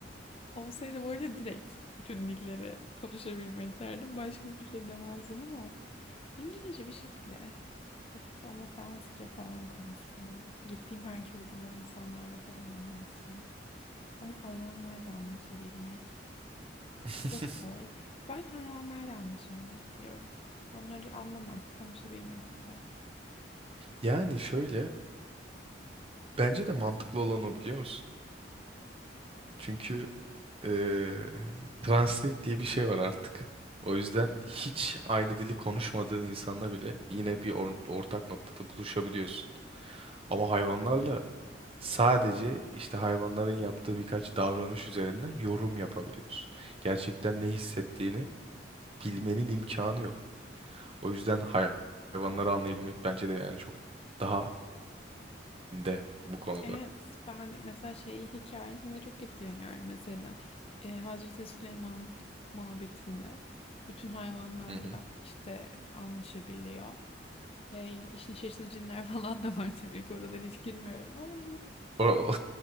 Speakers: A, on the left (about 35°); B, on the right (about 30°).
A: Olsaydı böyle direkt bütün dilleri konuşabilmek derdim. Başka hiçbir şey demezdim ama. İngilizce bir şekilde. Of ama Fransızca falan konuşsam. Gittiğim her köyde böyle insanlarla falan anlaşsam. Ama hayvanlarla anlaşabilmek
B: <laughs>
A: çok zor. Ben hayvanlarla anlaşabilmek diyorum. Onları anlamak, konuşabilmek diyeceğim.
B: Yani şöyle, bence de mantıklı olan o biliyor musun? Çünkü eee Translate diye bir şey var artık. O yüzden hiç aynı dili konuşmadığın insanla bile yine bir or- ortak noktada buluşabiliyorsun. Ama hayvanlarla sadece işte hayvanların yaptığı birkaç davranış üzerinden yorum yapabiliyorsun. Gerçekten ne hissettiğini bilmenin imkanı yok. O yüzden hay- hayvanları anlayabilmek bence de yani çok daha önde bu konuda.
A: Evet, ben mesela şey hikayesinde çok etkileniyorum mesela. Ee, Hazreti Süleyman muhabbetinde bütün hayvanlarla
B: Hı hı.
A: işte anlaşabiliyor. E, işin içerisinde cinler <laughs> falan da var tabii ki oralara hiç girmiyorum ama hani
B: O-
A: ben